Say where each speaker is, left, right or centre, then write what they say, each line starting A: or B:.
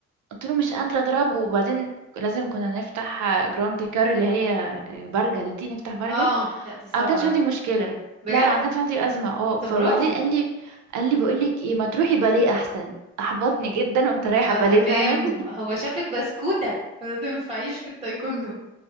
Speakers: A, on the right (about 70°); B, on the right (about 25°).
A: قلت له مش قادره اضربه وبعدين لازم كنا نفتح جراند كار اللي هي آه، برجل دي نفتح برجل
B: اه
A: انا
B: لا دي صعبة
A: ما كانش
B: قوي
A: عندي مشكله
B: بجد
A: لا انا ما كانش عندي ازمه اه
B: طب
A: فبعدين
B: برافو
A: قال لي قال لي بقول لك ايه ما تروحي باليه احسن احبطني جدا قمت رايحه
B: اه
A: باليه
B: تمام
A: فعلا
B: هو شافك بسكوتة فما تنفعيش في التايكوندو